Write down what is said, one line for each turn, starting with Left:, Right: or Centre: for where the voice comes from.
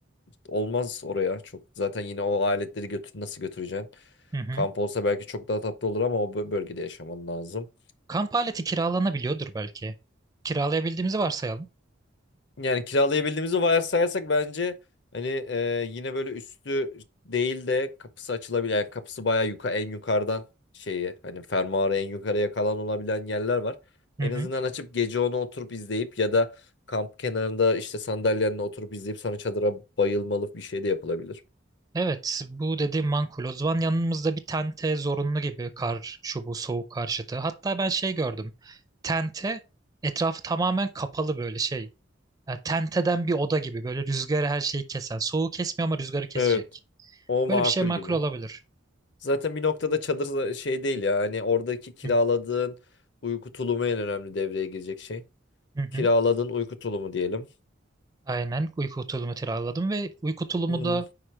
Left: olmaz oraya çok. Zaten yine o aletleri götür nasıl götüreceksin?
Right: Hı hı.
Left: Kamp olsa belki çok daha tatlı olur ama o bö- bölgede yaşaman lazım.
Right: Kamp aleti kiralanabiliyordur belki. Kiralayabildiğimizi varsayalım.
Left: Yani kiralayabildiğimizi varsayarsak bence hani e, yine böyle üstü değil de kapısı açılabilir. Yani kapısı bayağı yuka en yukarıdan şeyi hani fermuarı en yukarıya kalan olabilen yerler var. En
Right: Hı hı.
Left: azından açıp gece onu oturup izleyip ya da kamp kenarında işte sandalyenle oturup izleyip sonra çadıra bayılmalı bir şey de yapılabilir.
Right: Evet, bu dediğim makul. O zaman yanımızda bir tente zorunlu gibi kar, şu bu soğuk karşıtı. Hatta ben şey gördüm. Tente etrafı tamamen kapalı böyle şey. Yani tenteden bir oda gibi böyle rüzgarı her şeyi kesen. Soğuğu kesmiyor ama rüzgarı kesecek.
Left: Evet. O makul
Right: Böyle bir şey makul
Left: gibi.
Right: olabilir.
Left: Zaten bir noktada çadır da- şey değil ya. Hani oradaki kiraladığın
Right: Hı
Left: uyku tulumu en önemli devreye girecek şey.
Right: hı. hı.
Left: Kiraladığın uyku tulumu diyelim.
Right: Aynen uyku tulumu kiraladım ve uyku tulumu
Left: Hmm.
Right: da